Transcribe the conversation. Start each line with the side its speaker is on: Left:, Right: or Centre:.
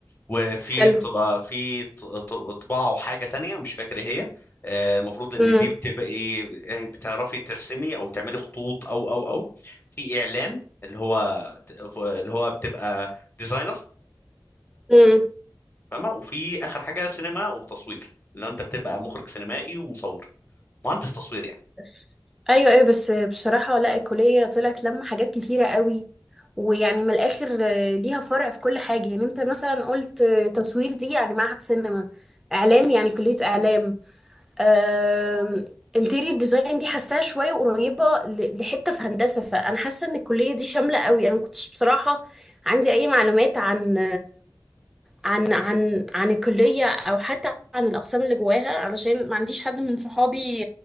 Left: وفي
Centre: حلو
Left: طبعا في ط- ط- طباعة وحاجة تانية مش فاكر ايه هي آه، المفروض ان
Centre: امم
Left: دي بتبقى ايه يعني بتعرفي ترسمي او تعملي خطوط او او او في اعلان اللي هو اللي هو بتبقى ديزاينر
Centre: امم
Left: فاهمة وفي آخر حاجة سينما وتصوير اللي هو أنت بتبقى مخرج سينمائي ومصور مهندس تصوير يعني
Centre: بس ايوه ايوه بس بصراحه لا الكليه طلعت لما حاجات كتيره قوي ويعني من الاخر آه، ليها فرع في كل حاجه يعني انت مثلا قلت آه، تصوير دي يعني معهد سينما اعلام يعني كليه اعلام آم، انتيريور ديزاين دي حاساها شويه قريبه ل- لحته في هندسه فانا حاسه ان الكليه دي شامله قوي انا ما كنتش بصراحه عندي اي معلومات عن عن عن عن الكلية أو حتى عن الأقسام اللي جواها علشان ما عنديش حد من صحابي